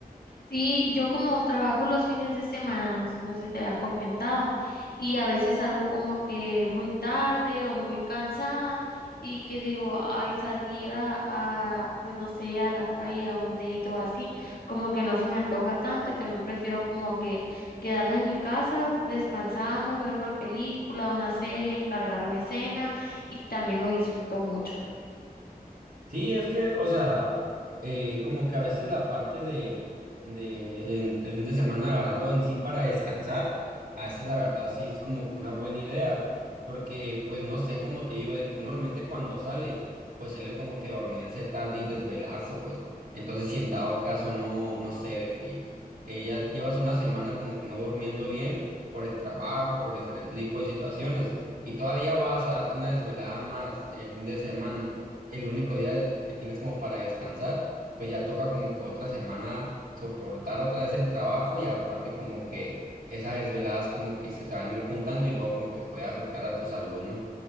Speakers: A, on the left; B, on the right.
A: Sí, yo como trabajo los fines de semana, no sé no sé si te había comentado, y a veces salgo como que muy tarde o muy cansada y que digo, ay, salir a, a, pues no sé, a la calle, a un date o así, como que no se me antoja tanto y también prefiero como que quedarme en mi casa descansando, ver una película, una serie, encargarme cena y también lo disfruto mucho.
B: Sí, es que, o sea, eh, como que a veces la parte de, de en- el fin de semana agarrarlo en sí para descansar, a veces la verdad sí es como que una buena idea, porque pues no sé, como te digo, de que uno normalmente cuando sale, pues sale como que dormirse tarde y desvelarse, pues. Entonces, si en dado caso no, no sé, de que eh, ya llevas una semana como que no durmiendo bien por el trabajo, por diferentes tipos de situaciones, y todavía vas a darte una desvelada más el fin de semana el único día de- que tienes como para descansar, pues ya toca como que otra semana soportar otra vez el trabajo y aparte como que esas desveladas como que se te van a ir juntando y luego como que puede afectar a tu salud, ¿no?